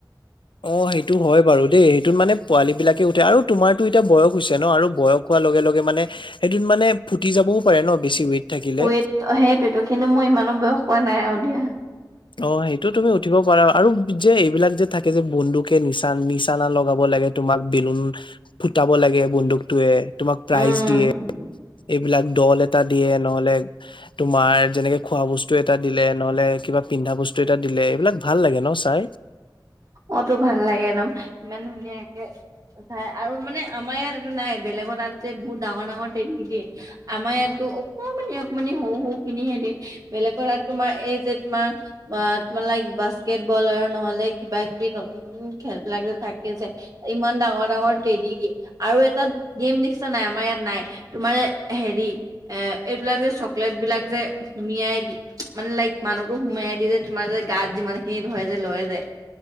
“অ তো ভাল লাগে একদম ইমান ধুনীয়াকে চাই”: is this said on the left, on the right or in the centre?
Right